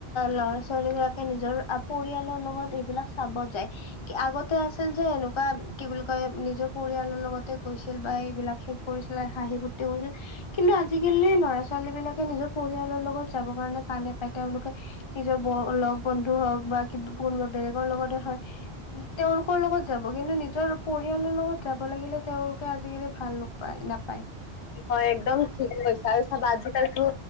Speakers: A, on the left (about 35°); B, on the left (about 80°).
A: ল'ৰা ছোৱালী বিলাকে নিজৰ পৰিয়ালৰ লগত এইবিলাক চাব যায়। কি আগতে তে আছিল যে এনেকুৱা কি বুলি কয় নিজৰ পৰিয়ালৰ লগতে গৈছিল বা এইবিলাক কৰিছিলে, হাঁহি ফূৰ্তি কৰিছিল, কিন্তু আজিকালি ল'ৰা ছোৱালী বিলাকে নিজৰ পৰিয়ালৰ লগ ত যাবৰ কাৰণে টানে পায়, তেওঁলোকে নিজৰ লগ বন্ধু হওঁক বা কিবা কোনোবা বেলেগৰ লগতে হয় তেওঁলোকৰ লগত যাব।, কিন্তু নিজৰ পৰিয়ালৰ লগত যাব লাগিলে তেওঁওলোকে আজিকালি ভাল ন পায় নাপায়।
B: হয়, একদম ঠিকে কৈছা, আৰু চাবা আজিকালিতো